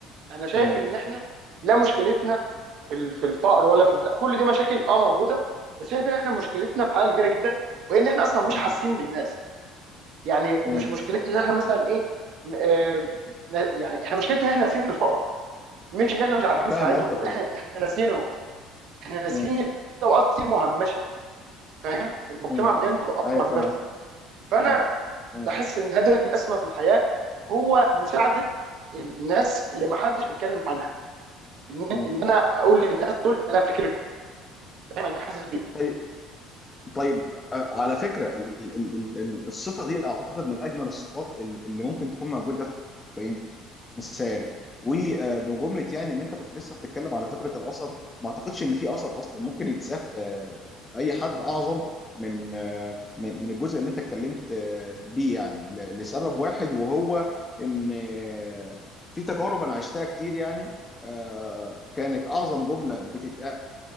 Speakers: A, on the right (about 60°); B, on the left (about 20°).
A: انا شايف
B: مم.
A: ان احنا لا مشكلتنا في ال- في الفقر ولا في البتاع كل دي مشاكل اه موجوده بس شايف ان احنا مشكلتنا في حاجه كبيره جدا وهي ان احنا اصلا مش
B: مم.
A: حاسين بالناس يعني
B: مم.
A: مش مشكلتنا ان احنا مثلا ايه م- آه، ن- يعني احنا مشكلتنا ان احنا ناسيين الفقراء مش ان احنا مش عارفين
B: فاهم
A: نساعدهم
B: قصدك
A: لا،
B: والله
A: احنا احنا ناسينهم احنا ناسيين
B: مم.
A: في طبقات كتير مهمشه فاهم المجتمع
B: مم.
A: مليان
B: مم.
A: طبقات
B: ايوه
A: مهمشه
B: فاهم قصدك
A: فانا
B: مم. مم.
A: بحس ان هدف الاسمى في الحياه هو مساعده الناس اللي ما حدش بيتكلم عنها ان
B: مم.
A: إن انا اقول للناس دول انا فاكركم فاهم انا حاسس بيكم
B: طيب طيب آه، على فكره ال- ال- ال- ال- الصفه دي اعتقد من اجمل الصفات ال- اللي ممكن تكون موجوده في انسان وبجمله يعني ان انت كنت لسه بتتكلم على فكره الاثر ما اعتقدش ان في اثر اصلا ممكن يتساف آه، في اي حد اعظم من آه، من من الجزء اللي انت اتكلمت آه، بيه يعني ل- لسبب واحد وهو ان آه، في تجارب انا عشتها كتير يعني آه، كانت اعظم جمله بتتقال